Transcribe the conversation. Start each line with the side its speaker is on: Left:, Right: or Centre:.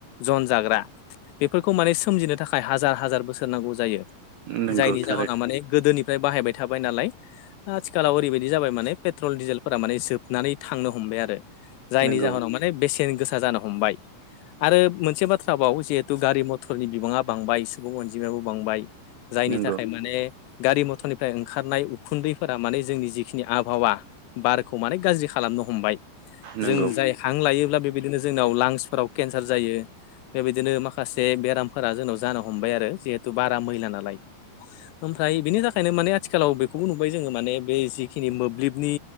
Left: जन जाग्रा। बेफोरखौ माने सोमजिनो थाखाय हाजार हाजार बोसोर नांगौ जायो।
Right: नंगौ
Left: जायनि
Right: थारैनो
Left: जाहोनाव माने गोदोनि फ्राय बाहायबाय थाबाय नालाय आथिखालाव ओरैबायदि जाबाय माने पेट्रल डिजेलफोरा माने जोबनानै थांनो ह हमबाय आरो, जायनि
Right: नंगौ
Left: जाहोनाव माने बेसेन गोसा जानो हमबाय। आरो मोनसे बाथ्रा बाव जिहेतु गारि मथरनि बिबाङा बांबाय सुबुं अनजिमायाबो बांबाय। जायनि
Right: नंगौ
Left: थाखाय माने गारि मथरनिफ्राय ओंखारनाय उखुन्दैफोरा माने जोंनि जिखिनि आबहावा बारखौ माने गाज्रि खालामनो हमबाय
Right: नंगौ
Left: जों जाय हां लायोब्ला बेबायदिनो जोंनाव लांसफोराव केन्सार जायो। बेबायदिनो माखासे बेरामफोरा जोंनाव जानो हमबाय आरो जिहेथु बारा मैला नालाय। ओमफ्राय बेनि थाखायनो माने आथिखालाव बेखौबो नुबाय जोङो माने बे जिखिनि मोब्लिबनि